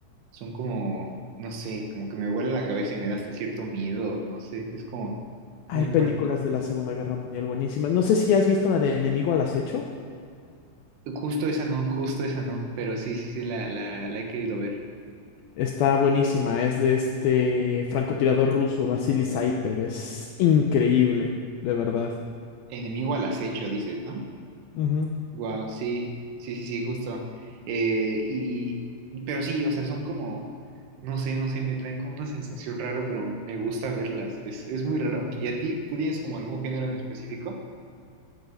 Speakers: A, on the right (about 80°); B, on the left (about 75°).
A: son como, no sé, como que me vuela la cabeza y me da hasta cierto miedo, no sé, es como
B: Hay
A: muy
B: películas
A: fuerte.
B: de la Segunda Guerra Mundial buenísimas. No sé si has visto la de Enemigo al Acecho.
A: Justo esa no, justo esa no, pero sí, sí, sí, la, la, la he querido ver.
B: Está buenísima, es de este francotirador ruso, Vasily Saitev, es increíble, de verdad.
A: Enemigo al acecho, dices, ¿no?
B: Ujú.
A: Wow, sí, sí, sí, sí, justo. Eh, y, pero sí, o sea, son como, no sé, no sé, me traen como una sensación rara, pero me, me gusta verlas, es, es muy raro. ¿Y a ti, tú tienes como algún género en específico?